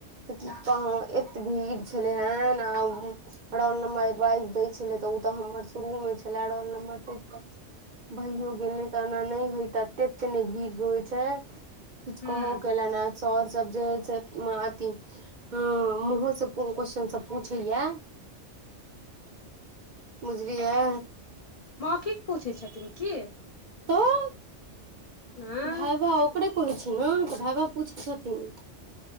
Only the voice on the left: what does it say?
हूँ
मौखिक पूछै छथिन की
हँ